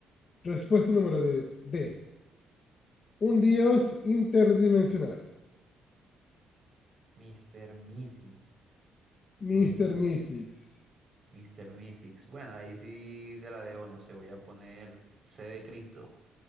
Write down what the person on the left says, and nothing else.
respuesta número D, D, un dios interdimensional.
Mister
Mystics.